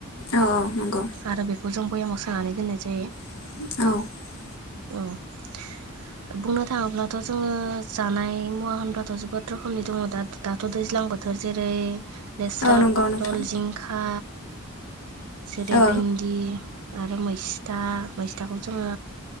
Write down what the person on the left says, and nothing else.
औ औ नंगौ
<inaudible>
औ नंगौ
नोंथां
औ